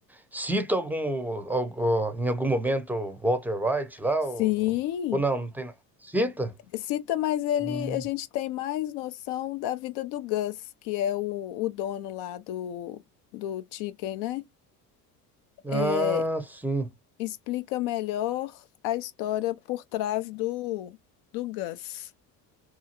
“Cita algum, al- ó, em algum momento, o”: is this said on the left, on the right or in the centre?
Centre